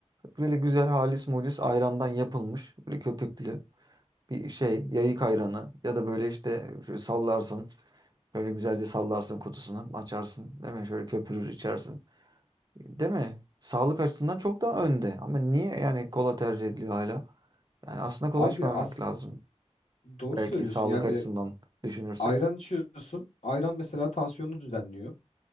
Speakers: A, on the right (about 35°); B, on the left (about 75°).
A: Böyle güzel halis mulis ayrandan yapılmış. Böyle köpüklü bir şey. Yayık ayranı. Ya da böyle işte şöyle sallarsın. Böyle güzelce sallarsın kutusunu. Açarsın. Değil mi? Şöyle köpürür içersin. Değil mi? Sağlık açısından çok daha önde. Ama niye yani kola tercih ediliyor hala? Yani aslında kola
B: Abi
A: içmemek
B: az
A: lazım.
B: doğru
A: Belki
B: söylüyorsun.
A: sağlık
B: Yani
A: açısından düşünürsek.
B: ayran içiyorsun. Ayran mesela tansiyonu düzenliyor.